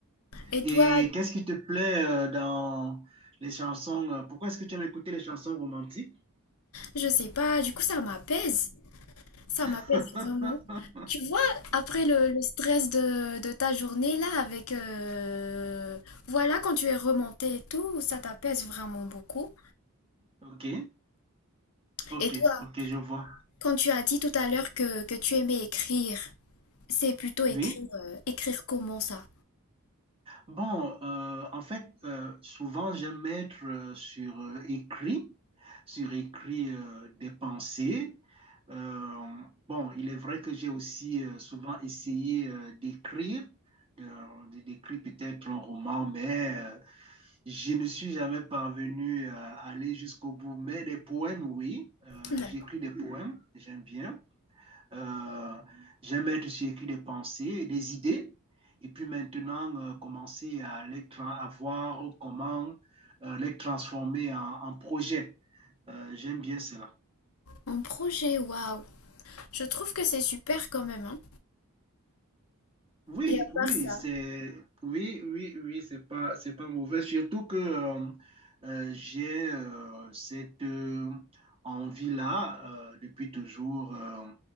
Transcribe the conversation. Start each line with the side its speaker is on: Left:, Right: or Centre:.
Left: Et toi,
Right: Et qu'est-ce qui te plaît euh, dans les chansons? euh, Pourquoi est-ce que tu aimes écouter les chansons romantiques?
Left: je sais pas, du coup, ça m'apaise. Ça
Right: <laughs>
Left: m'apaise vraiment. Tu vois, après le, le stress de, de ta journée, là, avec... euh, voilà, quand tu es remonté et tout, ça t'apaise vraiment beaucoup.
Right: Ok, ok,
Left: Et toi?
Right: ok, je vois.
Left: Quand tu as dit tout à l'heure que, que tu aimais écrire, c'est plutôt écrire,
Right: Oui.
Left: euh, écrire comment ça?
Right: Bon, euh, en fait, euh, souvent j'aime mettre euh, sur euh, écrit, sur écrit euh, des pensées. Euh, bon, il est vrai que j'ai aussi euh, souvent essayé euh, d'écrire, de, de- d'écrire peut-être un roman, mais euh, je ne suis jamais parvenu euh, à aller jusqu'au bout. Mais des poèmes, oui, Euh,
Left: D'accord.
Right: j'écris des poèmes, j'aime bien. Euh, j'aime être sur écrit des pensées, des idées, et puis maintenant euh, commencer à, les tra- à voir comment euh, les transformer en, en projet. Euh, j'aime bien cela.
Left: En projet, waouh! Je trouve que c'est super quand même, hein.
Right: Oui,
Left: Et à
Right: oui,
Left: part ça,
Right: c'est oui, oui, oui, c'est pas c'est pas mauvais. Surtout que euh, euh, j'ai euh, cette euh, envie-là euh, depuis toujours euh,